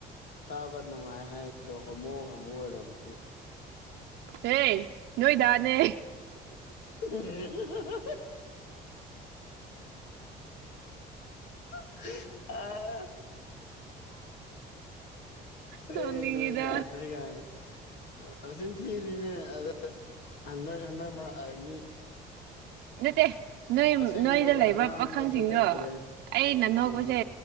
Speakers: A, on the left; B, on the right.
A: ꯇꯥꯕ ꯅꯨꯡꯉꯥꯏ ꯍꯥꯏꯗꯣ ꯍꯣꯃꯣꯒ ꯑꯃꯛ ꯑꯣꯏꯔꯝꯅꯦ
B: ꯍꯦ ꯅꯣꯏꯗꯥꯅꯦ
A: <unintelligible> <unintelligible> ꯑꯥ
B: ꯇꯧꯅꯤꯡꯉꯤꯗ
A: ꯑꯦ ꯅꯣꯏꯗ ꯅꯤ ꯀꯥꯏ ꯅꯥ ꯃꯆꯤꯟ ꯊꯤꯔꯤꯅꯦ ꯑꯗ ꯍꯟꯗꯛ ꯍꯟꯗꯛ ꯃꯔ ꯑꯥ ꯃꯤ
B: ꯅꯥꯠꯇꯦ ꯅꯣꯏ
A: ꯑꯁꯦꯡꯕꯒ
B: ꯅꯣꯏꯗ ꯂꯩꯕ
A: ꯉꯥꯡꯕꯒ
B: ꯄꯥꯈꯪꯁꯤꯡꯗꯣ
A: ꯂꯩꯇ꯭ꯔꯦ
B: ꯑꯩ ꯅ ꯅꯣꯛꯄꯁꯦ
A: ꯎꯝ